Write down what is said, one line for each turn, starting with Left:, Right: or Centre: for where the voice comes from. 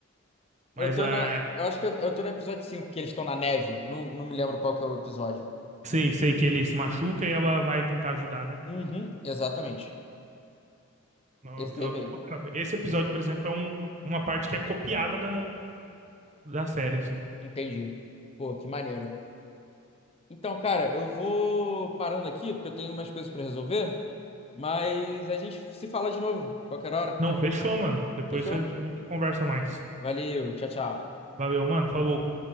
Left: Eu
Right: Mas
Left: tô
Right: é,
Left: na. Eu acho que eu, eu tô no episódio 5 que eles estão na neve. Não, não me lembro qual que é o episódio.
Right: sei, sei que ele se machuca e ela vai tentar ajudar, né?
Left: Uhum, exatamente.
Right: Não,
Left: Esse
Right: é um episódio
Left: daí mesmo.
Right: bom pra caramba. Esse episódio, por exemplo, é um, uma parte que é copiada da, da série, assim.
Left: Entendi. Pô, que maneiro. Então, cara, eu vou parando aqui porque eu tenho umas coisas pra resolver, mas a gente se fala de novo, qualquer hora.
Right: Não, fechou, mano. Depois
Left: Fechou?
Right: a gente conversa mais.
Left: Valeu, tchau, tchau.
Right: Valeu, mano. Falou.